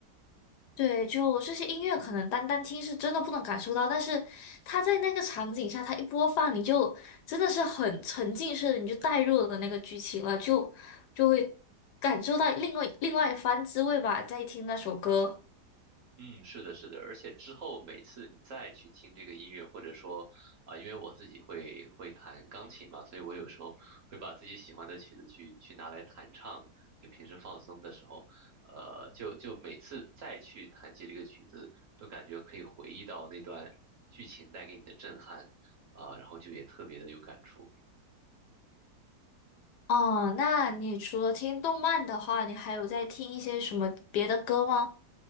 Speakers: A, on the left; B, on the right.
A: 对，就这些音乐，可能单单听是真的不能感受到，但是它在那个场景下，它一播放，你就真的是很沉浸式的，你就带入了那个剧情了，就就会感受到另外另外一番滋味吧。在听那首歌，
B: 嗯，是的，是的，而且之后每次你再去听这个音乐，或者说啊、因为我自己会会弹钢琴嘛，所以我有时候会把自己喜欢的曲子去去拿来弹唱，就平时放松的时候，呃，就就每次再去弹起这个曲子，都感觉可以回忆到那段剧情带给你的震撼啊、然后就也特别的有感触。
A: 哦，那你除了听动漫的话，你还有在听一些什么别的歌吗？